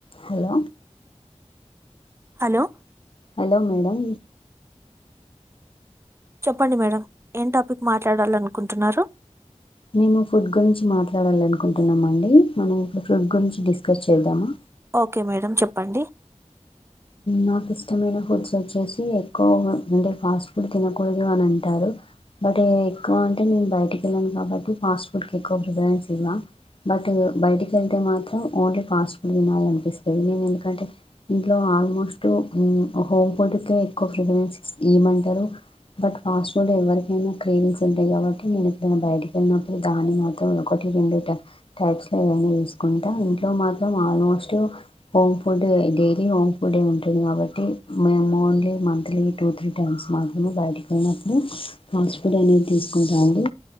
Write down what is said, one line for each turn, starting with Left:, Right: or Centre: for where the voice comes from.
Left: Hello
Right: hello
Left: hello madam
Right: చెప్పండి madam ఏం topic మాట్లాడాలనుకుంటున్నారు
Left: మేము ఫుడ్ గురించి మాట్లాడాలి అనుకుంటున్నాం అండి మనం ఇప్పుడు ఫుడ్ గురించి డిస్కస్ చేద్దామా
Right: ఓకే మేడం చెప్పండి
Left: నాకు ఇష్టమైన ఫుడ్స్ వచ్చేసి ఎక్కువ అంటే ఫాస్ట్ ఫుడ్ తినకూడదు అని అంటారు బట్ ఎక్కువ అంటే నేను బయటకి వెళ్ళను కాబట్టి ఫాస్ట్ ఫుడ్కి ఎక్కువ ప్రిఫరెన్స్ ఇవ్వ బట్ బయటికి వెళ్తే మాత్రం ఓన్లీ ఫాస్ట్ ఫుడ్ తినాలనిపిస్తది నేను ఎందుకంటే లో ఆల్మోస్ట్ అ హోమ్ ఫుడ్ కె ఎక్కువ ప్రిఫరెన్స్ ఇయమంటరు బట్ ఫాస్ట్ ఫుడ్ లో ఎవరికైనా క్రేవిస్ ఉంటాయి కాబట్టి నేను ఎప్పుడైనా బయటకి వెళ్ళినప్పుడు దాన్ని మాత్రం ఒకటి రెండు టైప్స్ లో ఏవైనా చూసుకుంటా ఇంట్లో మాత్రం ఆల్మోస్ట్ హోమ్ ఫుడ్ ఇదే హోమ్ ఫుడ్ ఉంటుంది కాబట్టి మేము only monthly two three times మాత్రమే బయటికి వెళ్ళినప్పుడు ఫాస్ట్ ఫుడ్ అనేది తీసుకుంటాండి